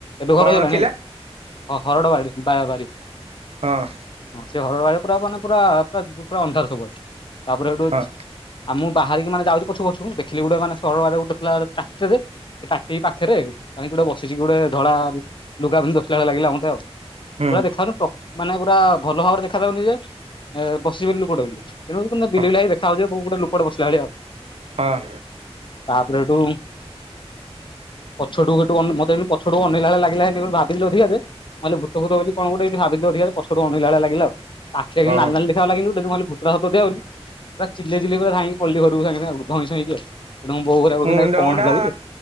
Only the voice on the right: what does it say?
କଣ
ଥିଲା?
ହଁ।
ହଁ
ହୁଁ
ହଁ
ହଁ।
ଓହୋ
ମୁଣ୍ଡ
ମୁଣ୍ଡା